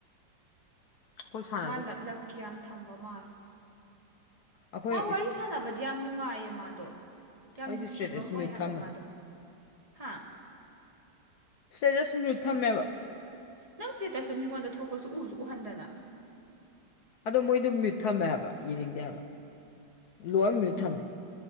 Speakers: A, on the left; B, on the right.
A: ꯑꯩꯈꯣꯏ ꯁꯥꯟꯅꯗꯦ
B: ꯃꯥ ꯂꯞ ꯂꯞꯀꯤ ꯌꯥꯝ ꯊꯝꯕ ꯃꯥꯜꯂꯦ
A: ꯑꯩꯈꯣꯏ
B: ꯃꯥ ꯋꯥꯔꯤ ꯁꯥꯟꯅꯕꯗꯤ ꯌꯥꯝ ꯅꯨꯡꯉꯥꯏꯌꯦ ꯃꯥꯗꯣ ꯌꯥꯝ
A: ꯑꯩꯗꯤ
B: ꯅꯨꯡꯁꯤꯕ
A: ꯏꯁꯇꯦꯇꯁ
B: ꯑꯃ
A: ꯃ꯭ꯌꯨꯠ
B: ꯑꯣꯏ ꯍꯥꯏꯕ
A: ꯊꯝꯃꯦ
B: ꯃꯥꯗꯣ ꯍꯥꯥ
A: ꯁꯇꯦꯇꯁ ꯃꯨꯠ ꯊꯝꯃꯦꯕ
B: ꯅꯪ ꯆꯦꯠꯇꯁꯨ ꯃꯤꯉꯣꯟꯗ ꯊꯣꯛꯄꯁꯨ ꯎꯁꯨ ꯎꯍꯟꯗꯅ
A: ꯑꯗꯣ ꯃꯣꯏꯗꯣ ꯃꯤꯠ ꯊꯝꯃꯦ ꯍꯥꯏꯕ ꯏꯔꯤꯡꯗꯦ ꯍꯥꯏꯕ ꯂꯣꯏ
B: ꯑꯣ
A: ꯃ꯭ꯌꯨꯠ ꯊꯝꯃꯦ